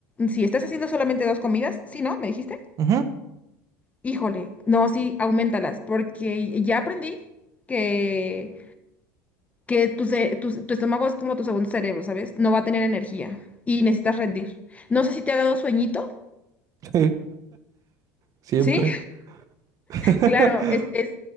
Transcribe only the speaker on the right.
Ujú,
Sí, siempre.
<laughs>